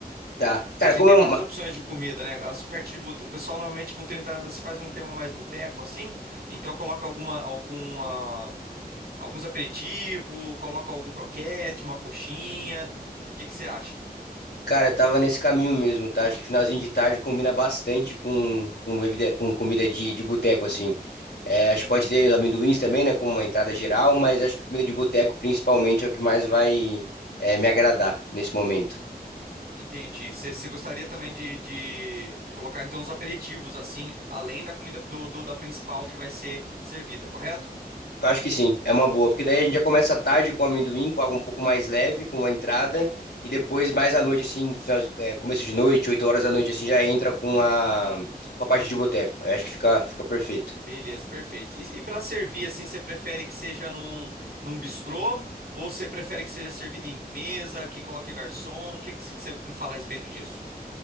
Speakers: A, on the left; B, on the right.
A: Tá. Cara,
B: Que a gente
A: como
B: tem
A: é um.
B: várias opções de comida, né? As parte de bute- O pessoal normalmente com 30 anos se faz um tema mais boteco assim, então coloca alguma, alguma, alguns aperitivos, coloca algum croquete, uma coxinha. O que que você acha?
A: Cara, eu tava nesse caminho mesmo, tá? Acho que finalzinho de tarde combina bastante com, com, bebida, com comida de, de boteco, assim. É, acho que pode ter os amendoins também, né? Como uma entrada geral, mas acho que comida de boteco, principalmente, é o que mais vai, é, me agradar nesse momento.
B: Entendi. Você você gostaria também de, de, de colocar então os aperitivos assim, além da comida do, do- da principal que vai ser servida, correto?
A: Eu acho que sim, é uma boa, porque daí a gente já começa à tarde com amendoim, com algo um pouco mais leve, com uma entrada, e depois mais à noite, assim, final- é, começo de noite, 8 horas da noite, assim, já entra com a, com a parte de boteco. Eu acho que fica, fica perfeito.
B: Beleza, perfeito. E, e para servir, assim, você prefere que seja num, num bistrô ou você prefere que seja servido em mesa, que coloque garçom? O que, que, você que você me fala a respeito disso?